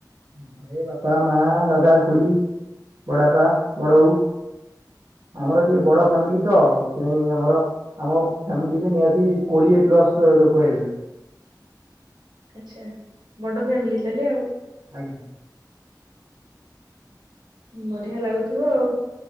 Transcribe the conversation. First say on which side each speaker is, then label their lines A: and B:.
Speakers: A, on the right (about 55°); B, on the right (about 75°).
A: ଘରେ ବାପା, ମା, ଦାଦା, ଖୁଡି, ବଡ଼ବାପା, ବଡବୋଉ ଆମର ଟିକେ ବଡ ଫାମିଲି ତ ସେଥିପାଇଁ ଆମର ଆମ ଫାମିଲି ନିହାତି ରେ କୋଡିଏ ପ୍ଲସ ଲୋକ ହେବେ।
B: ଆଚ୍ଛା ବଡ ଫ୍ୟାମିଲି ତାହେଲେ ଆଉ।
A: ଆଜ୍ଞା।
B: ବଢିଆ ଲାଗୁଥିବ ଆଉ।